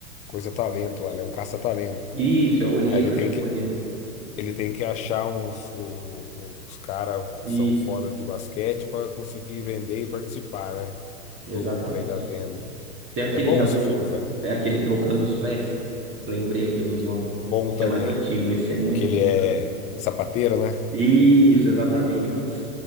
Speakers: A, on the left; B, on the right.
A: Coisa talento lá. Ele é um caça-talento.
B: Isso, é olheiro,
A: Aí ele
B: né?
A: tem
B: Tipo
A: que,
B: um olheiro.
A: ele tem que achar uns. O, o- os caras
B: Isso,
A: são foda de basquete para conseguir vender e participar, né?
B: exatamente.
A: Do lucro aí da venda.
B: Tem aquele,
A: É bom
B: já
A: esse
B: viu?
A: filme, cara.
B: É aquele Trocando os Pés. Lembrei aqui dos nomes.
A: Bom
B: Esse
A: também.
B: é mais antigo, esse é muito
A: Que ele
B: bom,
A: é
B: cara.
A: sapateiro, né?
B: Isso, exatamente. Putz,